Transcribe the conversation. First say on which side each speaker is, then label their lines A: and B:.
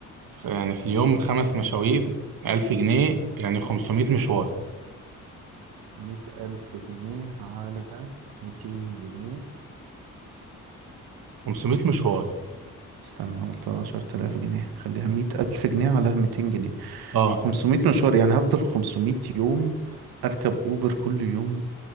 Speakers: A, on the right (about 70°); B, on the right (about 85°).
A: ف- يعني في اليوم خمس مشاوير 1000 جنيه
B: استنى
A: يعني 500 مشوار
B: مية ألف جنيه على ميتين جنيه
A: 500 مشوار
B: استنى عملتها 10000 جنيه خليها 100000 جنيه على 200 جنيه
A: اه
B: 500 مشوار يعني هفضل 500 يوم أركب أوبر كل يوم